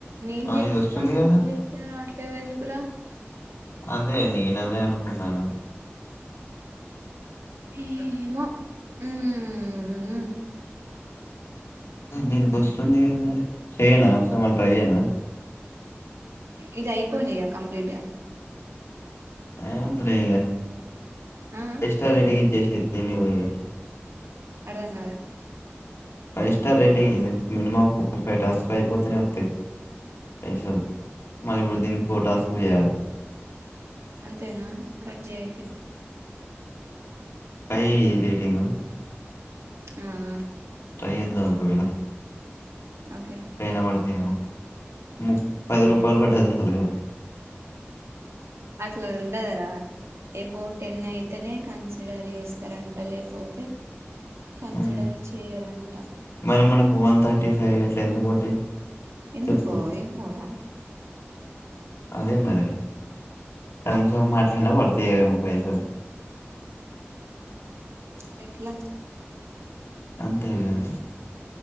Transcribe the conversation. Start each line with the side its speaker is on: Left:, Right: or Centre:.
Right: నేను
Left: ఆ
Right: చెప్పిస్తాన
Left: ఇది వస్తుంది కదా
Right: నువ్వు చెత్తే రావట్లేదు ఎందుకురా
Left: అదే నీనదే అనుకుంటన
Right: ఏమో ఉమ్మ్
Left: దీనికి వస్తుంది గా మరి చెయనా ఒకసారి మళ్ళ ట్రై చెయనా
Right: ఇది అయిపోనిగ కంప్లీట్గా
Left: ఏమద్దులే ఇగ
Right: ఆ
Left: జేస్ స్టార్ రేటింగ్ ఇచ్చేసే దీనికి గూడ ఇగ
Right: అర్థం కాల
Left: ఫైవ్ స్టార్ రేటింగ్ ఇది మినిమమ్ ఫోర్ ఫైవ్ టాస్క్ లు అయిపోతేనే తె పైసల్ మళ్ళ ఇప్పుడు ఫోర్ టాస్క్లు చేయాలే
Right: అంతేనా కట్ జేయి అయితే
Left: ఫై ఇయ్యి రేటింగ్
Right: ఆ ఆ
Left: ట్రై చేద్దాం ఒక వేళ
Right: ఓకే
Left: ట్లైనా పడుతయేమో ము పది
Right: ఓకే
Left: రూపాయలు పట్టాల క <unintelligible>
Right: అట్లా ఉండదురా ఎబో టెన్ అయితేనే కన్సిడర్ చేస్తారంట లేపోతే కన్సిడర్
Left: ఉం.
Right: చెయరంట
Left: మరి మనకు వన్ థర్టీ ఫైవ్ అట్లా ఎందుకు పడ్డాయి
Right: ఎందుకో
Left: చెప్పు
Right: ఎమోరా
Left: అదే మరి సగం సగం మాట్లాడినా పడుతయమో పైసలు
Right: అట్లే ట్లా
Left: అంతేలే అది